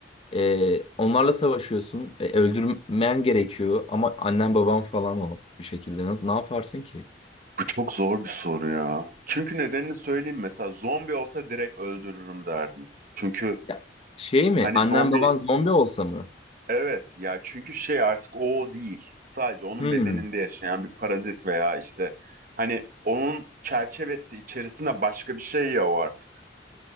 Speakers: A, on the left (about 35°); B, on the right (about 50°).
A: Ee, onlarla savaşıyorsun. E, öldürmen gerekiyor ama annen baban falan o bir şekilde. Nasıl, ne yaparsın ki?
B: Bu çok zor bir soru ya. Çünkü nedenini söyleyeyim mesela zombi olsa direkt öldürürüm derdim. Çünkü
A: Ya, şey mi?
B: hani
A: Annen
B: zombi
A: baban zombi olsa mı?
B: Evet ya çünkü şey artık o değil. Sadece onun
A: Hmm,
B: bedeninde yaşayan bir parazit veya işte hani onun çerçevesi içerisinde başka bir şey ya o artık.